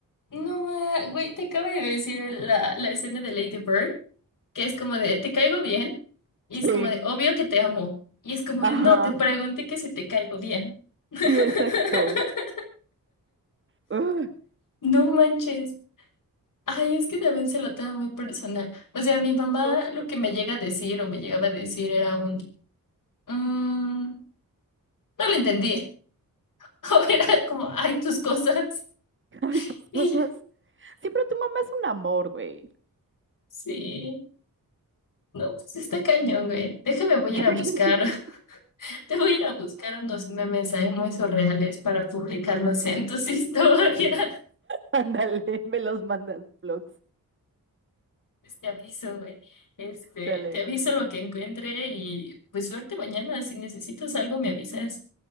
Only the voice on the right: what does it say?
Sí,
ajá.
Sí, exacto. Ugh,
todo se
lo
toma
personal.
<laughs> Ay, tus cosas.
Sí, pero tu mamá es un amor, güey.
<laughs>
Ándale, me los mandas vlogs.
Sale,